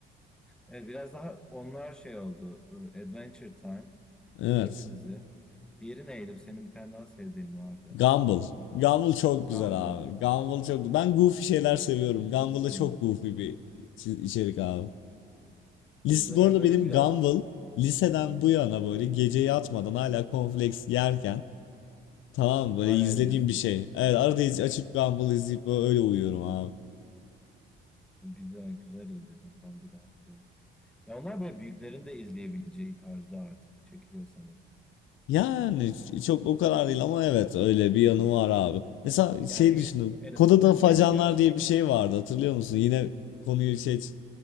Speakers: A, in the centre; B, on the left.
A: Evet biraz daha onlar şey oldu. e, Adventure Time
B: Evet.
A: sürekli dizi. Diğeri neydi? Senin bir tane daha sevdiğin vardı.
B: Gumball. Gumball çok güzel
A: Gumball.
B: abi. Gumball çok Ben goofy şeyler seviyorum. Gumball da
A: Hmm.
B: çok goofy bir çi- içerik abi. List
A: Ya bu dönem
B: bu arada
A: böyle
B: benim
A: biraz
B: Gumball liseden
A: Hmm.
B: bu yana böyle gece yatmadan hala cornflakes yerken Tamam böyle
A: hala
B: izlediğim
A: izliyorsun.
B: bir şey. Evet arada iz- açıp Gumball izleyip böyle öyle uyuyorum abi.
A: Güzel güzel oluyor insan bir rahatlıyor. Ya onlar böyle büyüklerin de izleyebileceği tarzda artık çekiliyor sanırım.
B: Yani ç- çok o kadar değil ama evet öyle bir yanı var abi. Mesela şey
A: Yani büyük
B: düşündüm.
A: en
B: Koda'da
A: azından 15
B: Facanlar
A: yaş.
B: diye bir şey vardı hatırlıyor musun? Yine konuyu şey